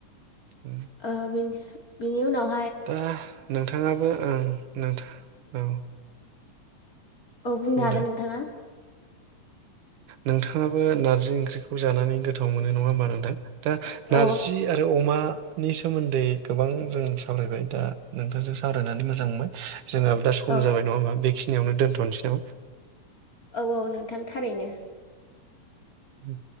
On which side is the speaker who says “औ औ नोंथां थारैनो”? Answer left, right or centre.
Left